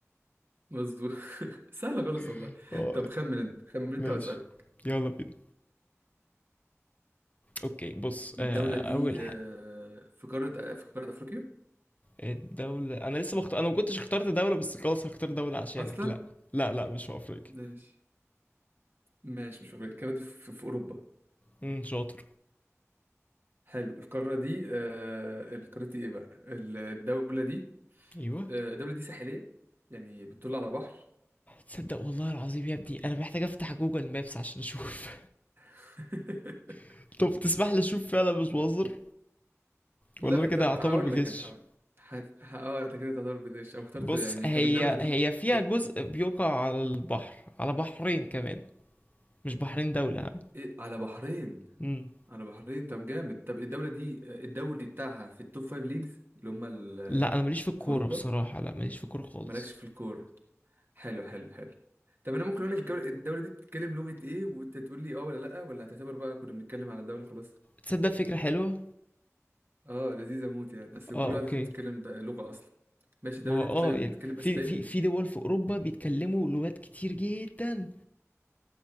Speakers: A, on the right; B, on the left.
A: مظبوط <laughs> سهله خالص والله
B: <laughs> اه
A: طب خمن انت خمن انت
B: ماشي
A: واسالك
B: يلا بينا اوكي بص
A: الدوله
B: آه
A: دي
B: اول حاجه
A: آه في قاره آه، في قاره افريقيا
B: الدولة أنا لسه مخت... أنا ما كنتش اخترت دولة بس خلاص هختار دولة عشانك
A: اصلا
B: لا لا لا مش في أفريقيا
A: ماشي ماشي مش في افريقيا القاره دي في, في اوروبا
B: امم شاطر
A: حلو القاره دي آه القاره دي ايه بقى الدوله دي
B: أيوه
A: آه الدوله دي ساحليه يعني بتطل على بحر
B: تصدق والله العظيم يا ابني أنا محتاج أفتح جوجل مابس عشان أشوف
A: <laughs>
B: <laughs> طب تسمح لي أشوف فعلا مش بهزر
A: لا
B: ولا أنا كده
A: طب
B: هعتبر
A: هقول
B: بغش
A: لك انا هقول ح- ح- اه انت كده تعتبر بدش او اخترت
B: بص
A: يعني
B: هي
A: طب الدوله دي
B: هي فيها
A: إيه-
B: جزء بيقع على البحر على بحرين كمان مش بحرين دولة ها
A: إيه، على بحرين
B: امم
A: على بحرين طب جامد طب الدولة دي الدوري بتاعها في التوب فايف ليجز اللي هما ال-
B: لا أنا ماليش في الكورة
A: في أوروبا
B: بصراحة لا ماليش في الكورة خالص
A: مالكش في الكورة حلو حلو حلو طب أنا ممكن أقول لك الجولة- الدولة دي بتتكلم لغة إيه وأنت تقول لي أه ولا لأ ولا هتعتبر بقى كنا بنتكلم على الدولة خلاص
B: تصدق فكرة حلوة
A: أه لذيذة موت يعني أصل
B: اه
A: كل
B: اوكي
A: واحدة فيهم بتتكلم د- لغة أصلا ماشي الدولة
B: ما هو
A: دي
B: اه
A: بتتلا- بتتكلم
B: يعني في
A: أسباني
B: في في دول في اوروبا بيتكلموا لغات كتير جدا